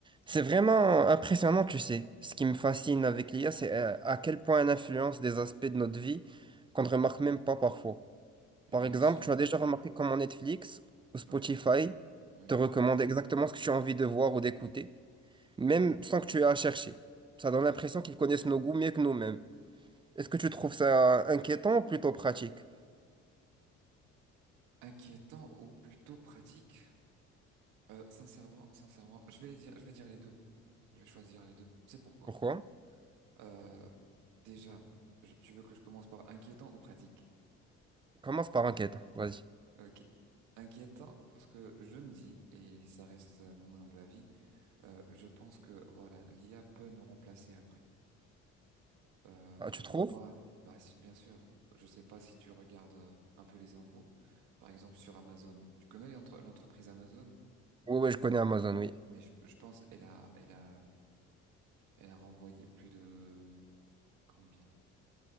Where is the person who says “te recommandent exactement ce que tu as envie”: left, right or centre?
Right